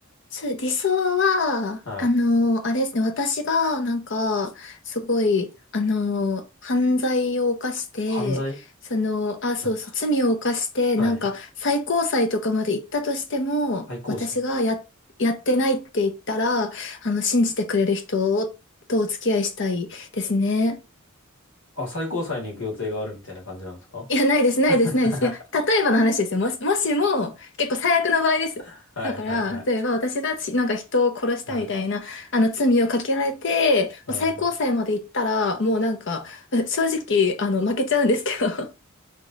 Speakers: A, on the left; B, on the left.
A: そう、理想は、
B: はい。
A: あの、あれですね、私が、なんか、すごい、あの、犯罪を犯して、
B: 犯罪
A: その、あ、そうそう、
B: <laughs>
A: 罪を犯して、
B: はい。
A: なんか、最高裁とかまで行ったとしても、
B: 最高裁。
A: 私がや、やってないって言ったら、あの、信じてくれる人とお付き合いしたいですね。
B: あ、最高裁に行く予定があるみたいな感じなんですか
A: いや、ないです、ないです、
B: <laughs> は
A: ないです。いや、例えばの話ですよ。もし、もしも、結構最悪の場合ですよ。
B: いはいはい。
A: だから、例えば私がしなんか人を殺したみたいな、
B: はい
A: あの、罪をかけられて、
B: はいはい。
A: もう最高裁まで行ったら、もうなんか、え正直、あの、負けちゃうんですけど、<laughs>